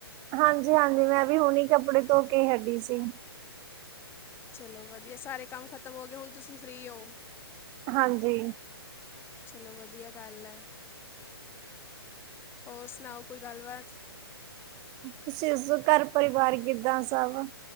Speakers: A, on the right; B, on the left.
A: ਹਾਂਜੀ-ਹਾਂਜੀ ਮੈਂ ਵੀ ਹੁਣੀ ਕੱਪੜੇ ਧੋ ਕੇ ਹਟੀ ਸੀ।
B: ਚਲੋ ਵਧੀਆ ਸਾਰੇ ਕੰਮ ਖ਼ਤਮ ਹੋਗੇ, ਹੁਣ ਤੁਸੀਂ ਫਰੀ ਹੋ।
A: ਹਾਂਜੀ।
B: ਚਲੋ ਵਧੀਆ ਗੱਲ ਐ ਹੋਰ ਸੁਣਾਓ ਕੋਈ ਗੱਲਬਾਤ
A: ਤੁਸੀਂ ਦੱਸੋ? ਘਰ ਪਰਿਵਾਰ ਕਿੱਦਾਂ? ਸਭ